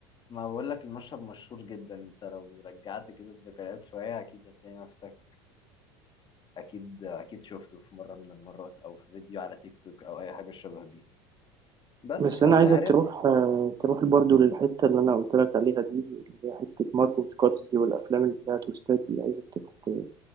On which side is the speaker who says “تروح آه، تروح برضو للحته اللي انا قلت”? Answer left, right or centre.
Right